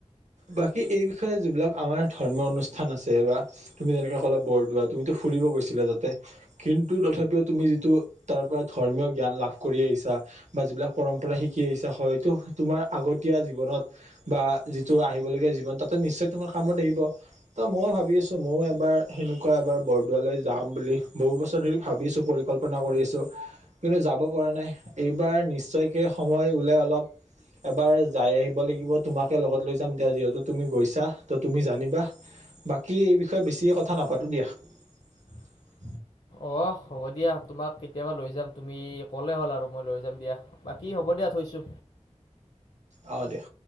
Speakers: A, on the right (about 70°); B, on the left (about 60°).
A: বাকী এই বিষয়ে যিবিলাক আমাৰ ধৰ্মীয় অনুষ্ঠান আছে বা তুমি যেনেকুৱা ক'লা বৰদোৱা তুমিতো ফুৰিব গৈছিলা তাতে কিন্তু তথাপিও তুমি যিটো তাৰ পৰা ধৰ্মীয় জ্ঞান লাভ কৰি আহিছা বা যিবিলাক পৰমম্পৰা শিকি আহিছা হয়তো তোমাৰ আগতীয়া জীৱনত বা যিটো আহিবলগীয়া জীৱন তাতে নিশ্চয় তোমাৰ কামত আহিব। ত' ময়ো ভাবিআছোঁ, ময়ো এবাৰ সেনেকুৱা এবাৰ বৰদোৱালৈ যাম বুলি বহু বছৰ ধৰি ভাবিছো পৰিকল্প প্ৰাথৰ্না কৰি আছোঁ, কিন্তু যাব পৰা নাই এইবাৰ নিশ্চয়কে সময় ওলাই অলপ এবাৰ যাই আহিব লাগিব তোমাকে লগত লৈ যাম দিয়া যিহেতু তুমি গৈছা ত' তুমি জানিবা বাকী এই বিষয়ে বেছিকে কথা নাপাতো দিয়া। <inaudible>
B: অ', হ'ব দিয়া তোমাক কেতিয়াবা লৈ যাম তুমি ক'লে হ'ল আৰু মই লৈ যাম দিয়া। বাকী হ'ব দিয়া থৈছো।
A: অ', দিয়া।